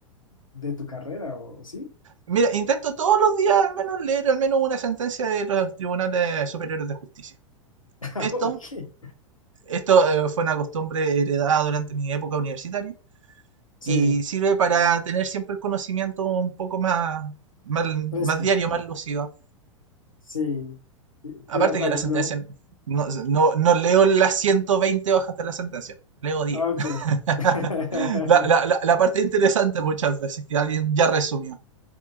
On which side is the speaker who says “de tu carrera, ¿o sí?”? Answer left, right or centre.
Left